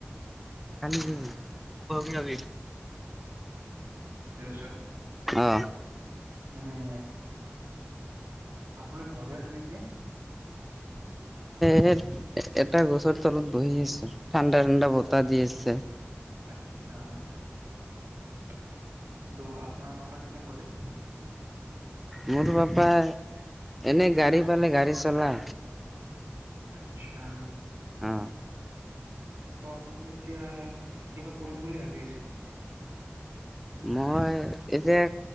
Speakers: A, in the centre; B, on the right.
A: নেকি? Hobby hobby.
B: Hello sir.
A: অ অ
B: মানে? আপুনি ঘৰ গৈ আছেনে এতিয়া?
A: এ, এটা গছৰ তলত বহি আছো। ঠাণ্ডা ঠাণ্ডা বতাহ দি আছে।
B: আচ্ছা। ত, আপোনাৰ পাপা কি কাম কৰে।
A: মোৰ পাপাই এনে গাড়ী পালে গাড়ী চলা।
B: আচ্ছা।
A: অঁ।
B: ত' আপুনি এতিয়া কিবা কৰিম বুলি ভাবি আছা নেকি?
A: মই এতিয়া